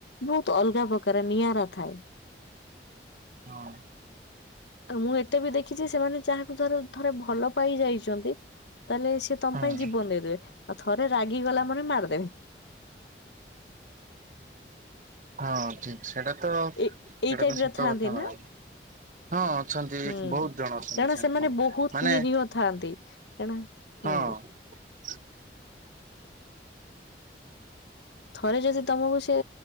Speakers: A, on the left; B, on the right.
A: ବହୁତ ଅଲଗା ପ କାର ନିଆରା ଥାଏ।
B: ହଁ।
A: ଆଉ ମୁଁ ଏତେ ବି ଦେଖିଛି ସେମାନେ ଯାହାକୁ ଧର ଥରେ ଭଲପାଇ ଯାଇଛନ୍ତି। ତାହେଲେ ସିଏ ତମ
B: ହଁ।
A: ପାଇଁ ଜୀବନ ଦେଇଦେବେ। ଆଉ ଥରେ ରାଗିଗଲା ମାନେ ମାରିଦେବେ।
B: ହଁ ଠିକ ସେଇଟା ତ
A: ଏ
B: ସେଇଟା
A: ଏଇ ଟାଇପ
B: ତ ସତ
A: ର ଥାଆନ୍ତି
B: କଥା ମ୍ୟାଡ଼ାମ।
A: ନା
B: ହଁ ଅଛନ୍ତି
A: ହୁଁ।
B: ବହୁତ ଜଣ ଅଛନ୍ତି
A: କାରଣ
B: ସେମିତି
A: ସେମାନେ ବହୁତ
B: ମାନେ
A: ନିରୀହ ଥାଆନ୍ତି କାରଣ ହୁଁ
B: ହଁ।
A: ଥରେ ଯଦି ତମକୁ ସେ